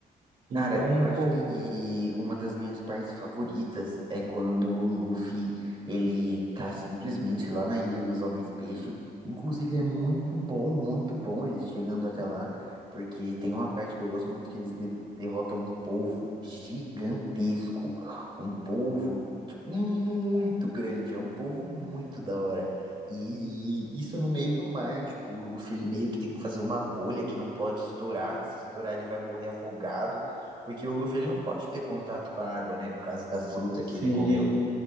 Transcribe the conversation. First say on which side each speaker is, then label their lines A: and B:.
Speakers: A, on the right; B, on the right.
A: Então,
B: Cara, eu acho
A: pô,
B: que uma das minhas partes favoritas é quando o Luffy, ele tá simplesmente lá na Ilha dos Homens-Peixe. Inclusive é muito bom, muito bom eles chegando até lá, porque tem uma parte que eu gosto muito que eles de- derrotam um polvo gigantesco, um polvo tipo, muito grande, é um polvo muito da hora. E isso no meio do mar, tipo, o Luffy ele meio que tem que fazer uma bolha que não pode estourar, que se estourar ele vai morrer afogado. Porque o Luffy ele não pode ter contato com a água, né? Por causa da fruta
A: sim.
B: que ele comeu.